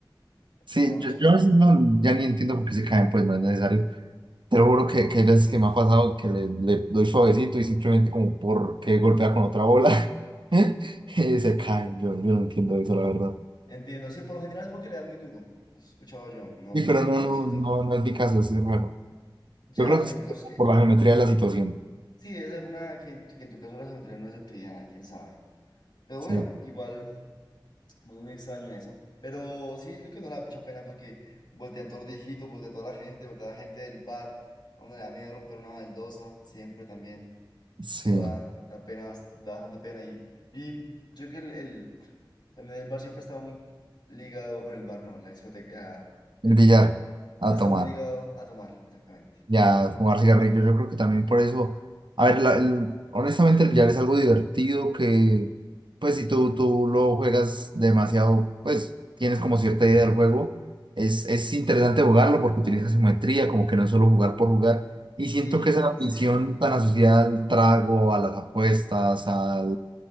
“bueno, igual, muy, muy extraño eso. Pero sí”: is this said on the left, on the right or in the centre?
Left